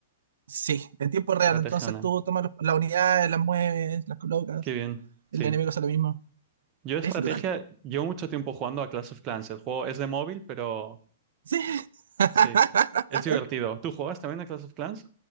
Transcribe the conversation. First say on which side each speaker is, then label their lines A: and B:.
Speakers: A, on the right; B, on the right.
A: Sí, en tiempo real.
B: estrategia
A: Entonces
B: online.
A: tú tomas los- las unidades, las mueves, las colocas.
B: Qué bien,
A: El
B: sí.
A: enemigo hace lo mismo.
B: Yo estrategia,
A: Es brutal.
B: llevo mucho tiempo jugando a Clash of Clans. El juego es de móvil, pero
A: Sí. <laughs>
B: sí, es divertido. ¿Tú juegas también a Clash of Clans?